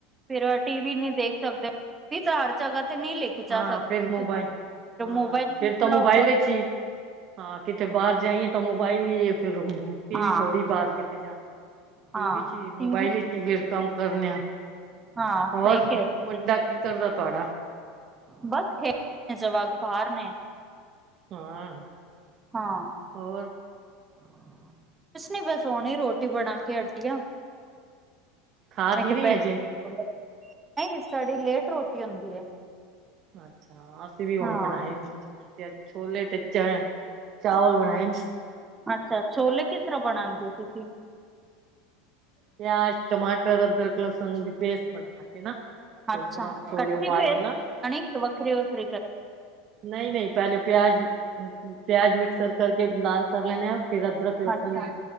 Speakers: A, on the right; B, on the right.
A: ਫਿਰ ਟੀ ਵੀ ਨੀ ਦੇਖ ਸਕਦੇ ਤਾਂ ਹਰ ਜਗ੍ਹਾ। ਨਹੀਂ ਲੈ ਕੇ ਚਾਹ
B: ਹਾਂ
A: ਸਕਦੇ
B: ਫਿਰ ਮੋਬਾਇਲ ਹਾਂ
A: ਮੋਬਾਈਲ
B: ਫਿਰ
A: ਵੀ
B: ਤਾਂ
A: ਚਲਾ
B: ਮੋਬਾਈਲ ਚ ਹੀ ਹਾਂ ਕਿਤੇ ਬਾਹਰ ਜਾਈਏ ਤਾਂ ਮੋਬਾਇਲ ਹੀ ਫਿਰ ਟੀ
A: ਹਾਂ
B: ਵੀ ਥੋੜ੍ਹੀ ਬਾਹਰ ਕਿਤੇ ਜਾ ਟੀ
A: ਹਾਂ
B: ਵੀ ਚ ਹੀ ਮੋਬਾਈਲ
A: ਟੀ ਵੀ
B: ਚ ਹੀ ਫਿਰ ਕੰਮ ਕਰਨੇ ਆ
A: ਹਾਂ ਸਹੀ
B: ਹੋਰ
A: ਕ
B: ਮੁੰਡਾ
A: ਕਿ
B: ਕੀ ਕਰਦਾ ਤੁਹਾਡਾ?
A: ਬਸ ਖੇਡ ਜਵਾਕ ਬਹਾਰ ਨੇ
B: ਹਾਂ
A: ਹਾਂ
B: ਹੋਰ
A: ਕੁਛ ਨੇ ਬਸ ਹਣੇ ਰੋਟੀ ਬਣਾ ਕੇ ਹਟੀਆਂ
B: ਖਾ
A: ਮੈਂ
B: ਦੀ
A: ਕਿਹਾ
B: ਨੀ ਅਜੇ?
A: ਬ ਨਹੀਂ ਸਾਡੀ ਲੇਟ ਰੋਟੀ ਹੁੰਦੀ ਹੈ
B: ਅੱਛਾ ਅਸੀਂ ਵੀ ਹੁਣ
A: ਹਾਂ
B: ਬਣਾਏ ਛੋਲੇ ਤੇ ਚਣ ਚਾਵਲ ਬਣਾਏਨ।
A: ਅੱਛਾ ਛੋਲੇ ਕਿਸ ਤਰਾਂ ਬਣਾਂਦੇ ਓ ਤੁਸੀਂ।
B: ਪਿਆਜ ਟਮਾਟਰ ਅਦਰਕ ਲਸਣ ਦੀ ਪੇਸਟ ਬਣਾ ਕੇ ਨਾ ਤੇ
A: ਅੱਛਾ
B: ਉਸ ਤਰ੍ਹਾਂ ਛੋਲੇ
A: ਕੱਠੀ
B: ਉਬਾਲ
A: ਪੇਸ਼ਟ
B: ਕੇ ਨਾ
A: <unintelligible> ਕੇ ਵੱਖਰੀ--ਵੱਖਰੀ
B: ਨਹੀਂ ਨਹੀਂ ਪਹਿਲੇ ਪਿਆਜ ਪਿਆਜ ਮਿਕਸਰ ਕਰਕੇ ਲਾਲ ਕਰ ਲੈਣੇ ਆਾਂ ਫਿਰ ਅਦਰਕ ਲਸਣ
A: ਅੱਛਾ